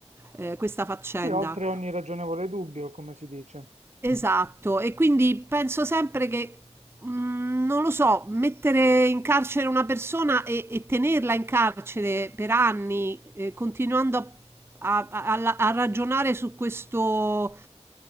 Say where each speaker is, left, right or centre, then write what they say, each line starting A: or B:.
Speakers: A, on the right (about 20°); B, on the right (about 75°).
A: eh, questa faccenda.
B: sì, oltre ogni ragionevole dubbio, come si dice.
A: Esatto, e quindi penso sempre che, mm, non lo so, mettere in carcere una persona e, e tenerla in carcere per anni, eh, continuando a, a- a- a ragionare su questo,